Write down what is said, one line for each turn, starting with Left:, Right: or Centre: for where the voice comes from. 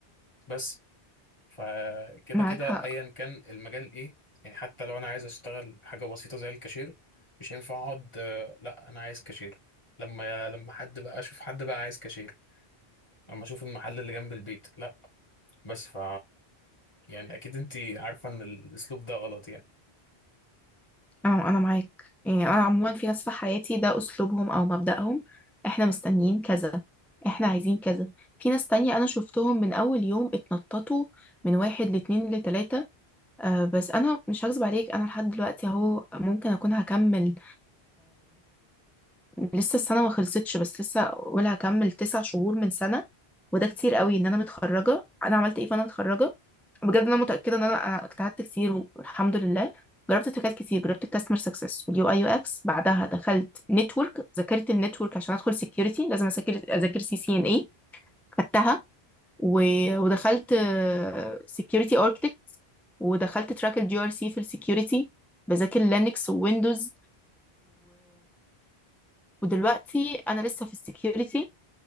Left: بس فكده
Centre: معاك
Left: كده
Centre: حق
Left: ايا كان المجال ايه يعني حتى لو انا عايز اشتغل حاجه بسيطه زي الكاشير مش هينفع اقعد آه، لا انا عايز كاشير لما لما حد بقى اشوف حد بقى عايز كاشير لما اشوف المحل اللي جنب البيت لا بس ف يعني اكيد انت عارفه ان الاسلوب ده غلط يعني
Centre: أنا أنا معاك يعني أنا عموما في ناس في حياتي ده أسلوبهم أو مبدأهم إحنا مستنيين كذا إحنا عايزين كذا في ناس تانية أنا شفتهم من أول يوم اتنططوا من واحد لاتنين لتلاتة آه بس أنا مش هكذب عليك أنا لحد دلوقتي أهو ممكن أكون هكمل لسه السنة ما خلصتش بس لسه أقول هكمل تسع شهور من سنة وده كتير قوي إن أنا متخرجة أنا عملت إيه فأنا متخرجة بجد أنا متأكدة إن أنا أنا اجتهدت كتير والحمد لله جربت تريكات كتير جربت الكاستمر سكسس واليو اي يو اكس بعدها دخلت نتورك ذاكرت النتورك عشان ادخل سكيورتي لازم اذاكر اذاكر سي سي ان اي خدتها و- ودخلت سكيورتي اركتكت ودخلت تراك الجي ار سي في السكيورتي بذاكر لينكس وويندوز ودلوقتي انا لسه في السكيورتي